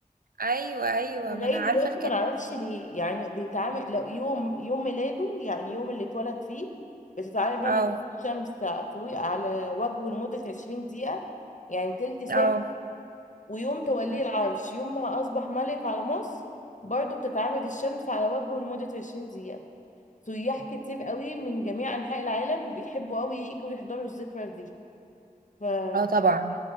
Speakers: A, on the right (about 80°); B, on the left (about 60°).
A: ايوه ايوه
B: لغاية
A: ما انا عارفة
B: دلوقتي
A: الكلام
B: ما نعرفش ليه يعني بيتعامل لو يوم يوم ميلاده يعني يوم اللي اتولد فيه بتتعرض مادة
A: اه
B: الشمس فوق على وجهه لمدة 20 دقيقة يعني تلت ساعة
A: اه
B: ويوم توليه
A: مم.
B: العرش يوم ما أصبح ملك على مصر برضه بتتعامد الشمس على وجهه لمدة 20 دقيقة سياح كتير قوي من جميع أنحاء العالم بيحبوا قوي يجوا يحضروا الذكرى دي فالقدماء
A: اه طبعا